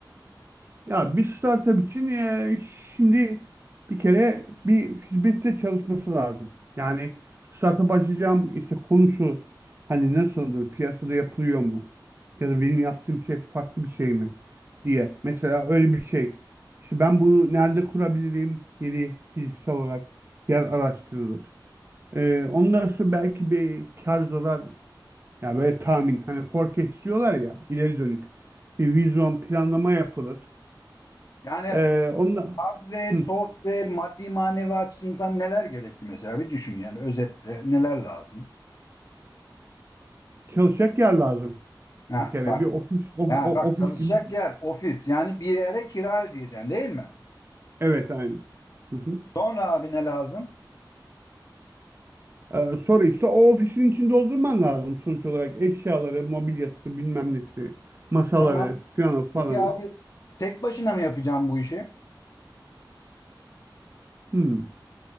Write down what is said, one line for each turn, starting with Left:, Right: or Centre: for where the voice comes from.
Right: Ya bir startup için e, şimdi bir kere bir hizmette çalışması lazım. Yani startup açacağım işte konusu hani nasıldır, piyasada yapılıyor mu? Ya da benim yaptığım şey farklı bir şey mi diye. Mesela öyle bir şey. İşte ben bunu nerede kurabilirim? Yeri fiziksel olarak yer araştırılır. Ee, ondan sonra belki bir kar zarar yani böyle tahmin hani forecast diyorlar ya ileri dönük bir vizyon planlama yapılır.
Left: Yani
Right: Ee, onunla,
Left: Hardware,
Right: hı,
Left: software, maddi manevi açısından neler gerekli mesela bir düşün yani özetle neler lazım?
Right: çalışacak yer lazım.
Left: Heh,
Right: Bir kere
Left: bak
Right: bir ofis of-
Left: yani
Right: o-
Left: bak
Right: ofis
Left: çalışacak
Right: gibi.
Left: yer ofis yani bir yere kira ödeyeceksin değil mi?
Right: Evet aynı. Hı hı.
Left: Sonra abi ne lazım?
Right: Ee, sonra işte o ofisin içini doldurman lazım sonuç olarak. Eşyaları, mobilyası, bilmem nesi, masaları
Left: Tamam.
Right: filan falanı.
Left: Peki abi tek başına mı yapacağım bu işi?
Right: Hı.